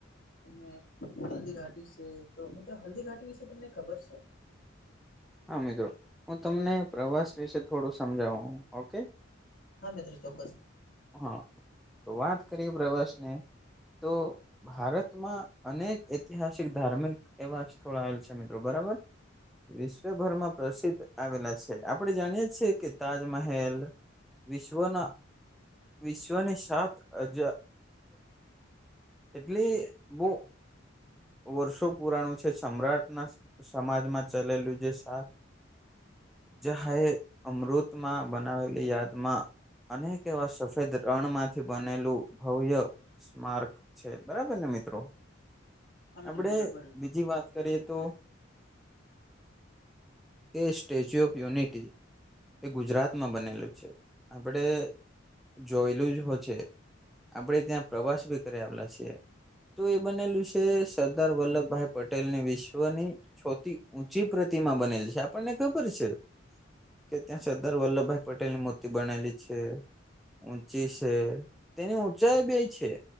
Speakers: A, on the left (about 45°); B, in the centre.
A: અને હલ્દી ઘાટી વિશે તો મિત્રો હલ્દી ઘાટી વિશે તમને ખબર છે
B: હા મિત્રો હું તમને પ્રવાસ વિશે થોડું સમજાવું ઓકે
A: હા મિત્ર ચોક્કસ
B: હા તો વાત કરીએ પ્રવાસને તો ભારતમાં અનેક ઐતિહાસિક ધાર્મિક એવા સ્થળ આવેલ છે મિત્રો બરાબર વિશ્વભરમાં પ્રસિદ્ધ આવેલા છે આપડે જાણીએ છીએ કે તાજમહેલ વિશ્વના વિશ્વને સાત અજબ એટલે બહ વર્ષો પુરાણું છે સમ્રાટના સમાજમાં ચલેલું જે સા જ હાહે અમૃતમાં બનાવેલી યાદમાં અનેક એવા સફેદ રણ માંથી બનેલું ભવ્ય સ્માર્ક છે બરાબર ને મિત્રો
A: હા મિત્રો
B: આપડે
A: બરાબર
B: બીજી વાત કરીએ તો કે સ્ટેચ્યુ ઓફ યુનિટી એ ગુજરાતમાં બનેલું છે આપણે જોયેલું જ હો છે આપણેે ત્યાં પ્રવાસ ભી કરી આવેલા છીએ તો એ બનેલું છે કે સરદાર વલ્લભભાઈ પટેલ ને વિશ્વની છોથી ઊંચી પ્રતિમા બનેલ છે આપણને ખબર છે કે ત્યાં સરદાર વલ્લભભાઈ પટેલ ની મૂર્તિ બનાલી છે ઊંચી છે તેની ઊંચાઈ બે છે